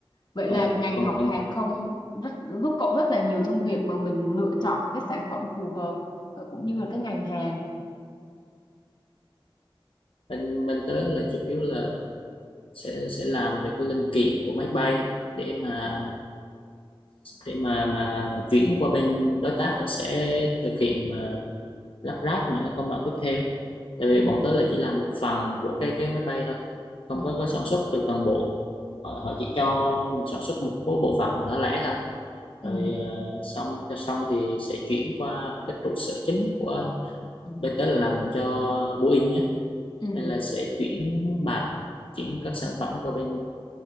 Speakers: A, on the left; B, on the left.
A: vậy
B: còn
A: là ngành
B: còn
A: học
B: còn
A: hàng không rất giúp cậu rất là nhiều trong việc mà mình lựa chọn cái sản phẩm phù hợp ờ, cũng như là cái ngành hàng.
B: bên bên tớ là chủ yếu là sẽ sẽ làm về cái linh kiện của máy bay để mà để mà mà chuyển qua bên đối tác họ sẽ thực hiện ờ, lắp ráp những cái công đoạn tiếp theo tại vì
A: Ừ.
B: bọn tớ là chỉ làm một phần của cái cái máy bay thôi không
A: ừ
B: có, có sản xuất từ toàn bộ họ, họ chỉ cho mình sản xuất một số bộ phận nhỏ lẻ thôi rồi
A: ừ
B: ờ, xong cho xong thì sẽ chuyển qua cái trụ sở chính của
A: ừ
B: bên tớ là làm cho Boeing nhé
A: ừ
B: nên là sẽ chuyển bạc chuyển các sản phẩm qua bên